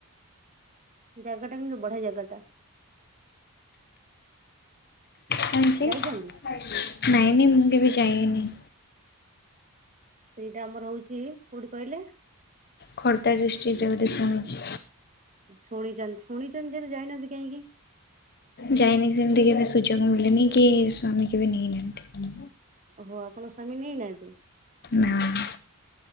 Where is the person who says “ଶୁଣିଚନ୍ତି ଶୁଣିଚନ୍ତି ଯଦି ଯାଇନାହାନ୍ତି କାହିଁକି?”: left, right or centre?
Right